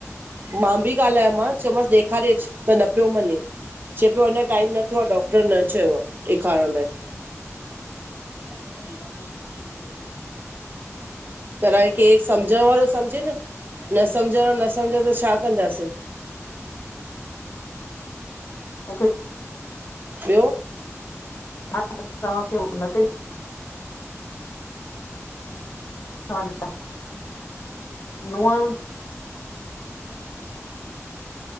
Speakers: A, on the right; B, on the left.
A: मां बि ॻाल्हायो मांस चयोमांसि ॾेखारेचि त न पियो मञे चए पियो अञा टाइम न थियो आ डॉक्टर न चयो आ ॾेखारण लाइ ह <inaudible> तराए कि समझण वारो समझे न न सम्झण न सम्झ दो छा कंदासीं।
B: मूंखे
A: ॿियो
B: हा तव्हांखे हुन ते हा न नूंह <unintelligible> अ <inaudible>